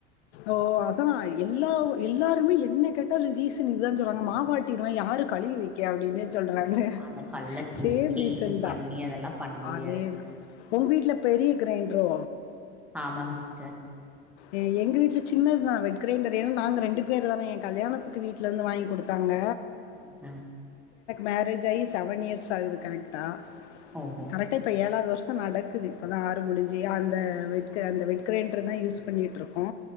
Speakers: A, on the left; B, in the centre.
A: ஓ அதா எல்லா எல்லாருமே என்ன கேட்டா ஒரு ரீசன்க்கு தா சொல்றாங்க மாவட்டினா யாரு கழுவி வைக்க அப்படின்னு சொல்றாங்களே
B: ஆ அந்த கல்ல தூக்கி
A: சேம் ரீசன்
B: இது
A: தா
B: பண்ணி அதெல்லா பண்ண முடியாது
A: அதே
B: சிஸ்டர்
A: தா உங்க வீடல பெரிய கிரைண்டரோ
B: ஆமாங்க சிஸ்டர்
A: அ எங்க வீட்டில சின்னது தா வெட் கிரைண்டர் ஏன்னா நாங்க ரெண்டு பேர் தானே எ கல்யாணத்துக்கு வீட்டிலேருந்து வாங்கி கொடுத்தாங்க
B: ஓ அ
A: மேரேஜ் ஆகி செவன் இயர்ஸ் ஆகுது கரெக்டா
B: ஓஹோ
A: கரெக்டா இப்ப ஏழாவது வருஷ நடக்குது இப்பதா ஆறு முடிஞ்சு அந்த வெட்க அந்த வெட்கிரைண் <unintelligible> தா யூஸ் பண்ணிட் இருக் கு